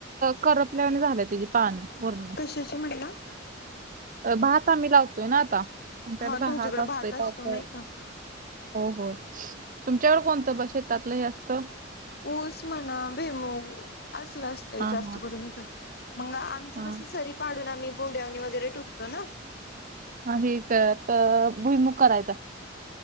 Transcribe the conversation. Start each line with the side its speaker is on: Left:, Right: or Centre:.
Right: करपल्यानी झालंय त्याजी पान वरण.
Left: कशाची म्हणला.
Right: अ भात आम्ही लावतोय ना आता, आमच्याकडे
Left: हा तुमच्याकडे
Right: भात असतोय
Left: असतो
Right: पावसाळ्यात.
Left: नाही का
Right: हो होय. तुमच्याकडे कोणतं बसे शेतातलं हे असतं?
Left: ऊस म्हणा, भुईमूग असलं असं सई
Right: हा
Left: जास्त
Right: हा
Left: करून इकडं, मग आमचं
Right: हा
Left: कसं सरी पाडून आम्ही भोंड्यावरणी वगैरे टुकतो ना.
Right: ह हेक तर अ भुईमुग करायचं,